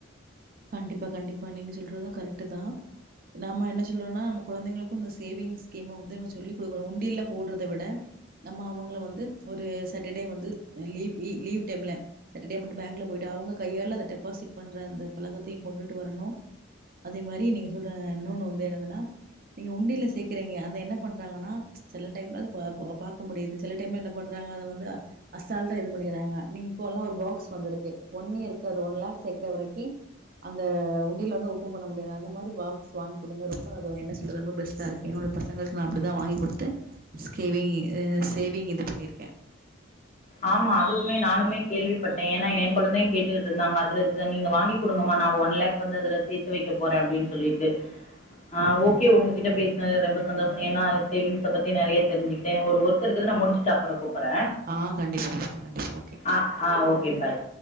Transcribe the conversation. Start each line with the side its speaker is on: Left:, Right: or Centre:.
Right: கண்டிப்பா கண்டிப்பா நீங்க சொல்றது ‌கரெக்ட்டு தா நாம என்ன சொல்றோனா நம்ம குழந்தைங்களுக்கு இந்த சேவிங்ஸ் ஸ்கீம வந்து நம்ம சொல்லி குடுக்கணு உண்டியல்ல போட்றத விட நம்ம அவுங்கள வந்து ஒரு சாட்டர்டே வந்து லீவ் லீவ் டைம்ல சாட்டர்டே மட்டு பேங்க்ல போய்ட்டு அவுங்க கையால அத டெபாசிட் பண்ற அந்த பழக்கத்தையு கொண்டுட்டு வரணு அதே மாரி நீங்க சொல்ற இன்னொன்னு வந்து என்னதுன்னா நீங்க உண்டியல்ல சேக்குறீங்க அந்த என்ன பண்றாங்கன்னா சில டைம்ல அது பா பா பாக்க முடிது சில டைம்ல என்ன பண்றாங்க அத வந்து அசால்ட்டா இது பண்ணிறாங்க நீங் இப்போல்லா ஒரு பாக்ஸ் வந்துருக்கு ஒன் இயர்க்கு அது ஒன் லாக் சேக்குற வரைக்கி அந்த உண்டியல்ல வந்து ஓபன் பண்ண முடியாது அந்த மாரி பாக்ஸ் வாய்ன் குடுங்க ரொம்ப அது என்ன சொல்றது ரொம்ப பெஸ்ட்டாருக்கு என்னோட பசங்களுக்கு நா அப்டி தா வாங்கி குடுத்து ஸ்கேவிங் சேவிங் இது பண்ணிருக்கே
Left: ஆமா அதுவுமே நானுமே கேள்விப்பட்டே ஏனா எ கொழந்தை கேட்டுகிட்ருந்தாங்க அதுல நீங்க வாங்கி குடுங்கமா நா ஒன் லாக் வந்து அதுல சேத்து வெக்க போறே அப்டின் சொல்லிட்டு ஆ ஓகே உங்ககிட்ட பேசுனது ரொம்ப சந்தோஷோ ஏனா சேவிங்ஸ பத்தி நறைய தெரிஞ்சுகிட்டே ஒரு ஒர் க் இருக்குது நா முடிச்சுட்டு அப்றோ கூப்புறே
Right: ஆ கண்டிப்பா சிஸ்டர் கண்டிப்பா ஓகே
Left: அ ஆ ஓகே பாய்